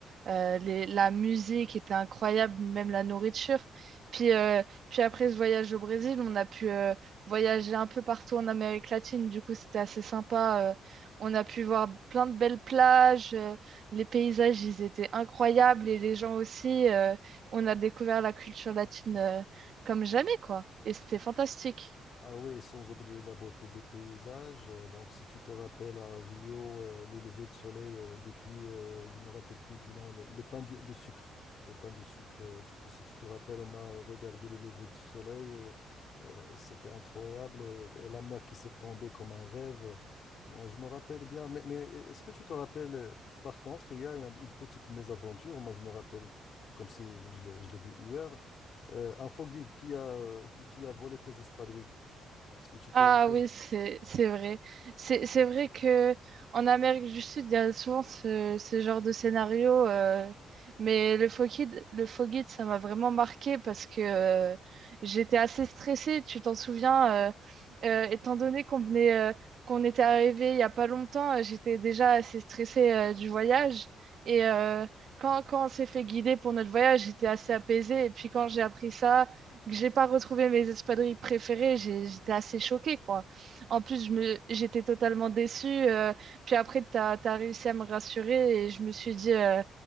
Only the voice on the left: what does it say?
Ah oui, sans oublier la beauté des paysages. Euh, Donc, si tu te rappelles à Rio, euh, le lever de soleil euh, depuis, euh, je me rappelle plus du nom, le, le pain du- de sucre. Le pain de sucre, euh, tu te- si tu te rappelles, on a regardé le lever de soleil. euh, euh, c'était incroyable. Et, et la mer qui s'étendait comme un rêve. Moi, je me rappelle bien. Mais, mais est-ce que tu te rappelles, euh, par contre, hier, il y a une petite mésaventure. Moi, je me rappelle comme si je l'ai je l'ai vu hier. Euh, un faux guide qui a, qui, qui a volé tes espadrilles. Est-ce que tu te
rappelles?